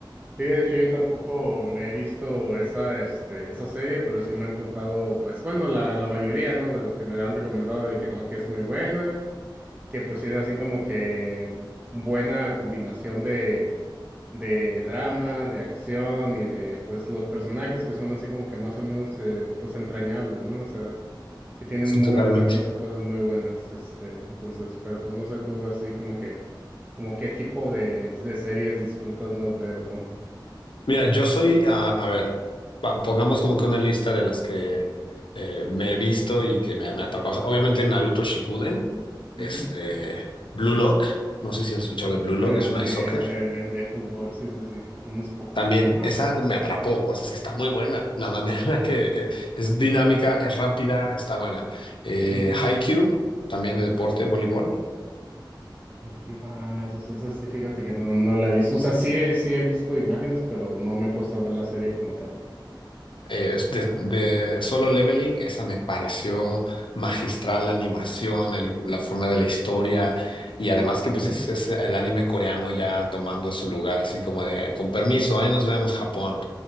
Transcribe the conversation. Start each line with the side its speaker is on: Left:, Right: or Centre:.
Right: Sí, de hecho yo tampoco me he visto esa, este, esa serie, pero sí me han contado, pues bueno, la, la mayoría, ¿no? De los que me la han recomendado de que no, que es muy buena, que pues era así como que buena combinación de, de drama, de acción y de, pues, los personajes que son así como que más o menos, eh, pues, entrañables, ¿no? O sea, que tienen
Left: Sí,
Right: muy,
Left: totalmente.
Right: muy cosas, cosas muy buenas, este, entonces, pero pues no sé tú así como que, como qué tipo de, de series disfrutas más ver o cómo.
Left: Mira, yo soy, a, a ver, va- pongamos como que una lista de las que eh, me he visto y que me, me atrapó. O sea, obviamente Naruto Shippuden, este,
Right: Ujú.
Left: Blue Lock, no sé si has escuchado de Blue
Right: Ah,
Left: Lock, es una
Right: sí,
Left: de
Right: el
Left: soccer.
Right: de, de- de fútbol, sí, sí, sí, un espocón.
Left: También
Right: Ajá.
Left: esa me atrapó, o sea, es que está muy buena. La manera en la que eh, es dinámica, es rápida, está buena. Eh,
Right: ujú.
Left: Haikyuu, también de deporte, voleibol.
Right: Thank you. Ah, esa, sí- esa sí, fíjate que no, no la he visto. O sea, sí, he- sí he visto imágenes, pero no me he puesto a ver la serie como tal.
Left: eh, de, de Solo Leveling, esa me pareció magistral la animación, el- la forma de la historia y además que
Right: Ujú.
Left: pues es, es el anime coreano ya tomando su lugar, así como de, con permiso, ahí nos vemos Japón.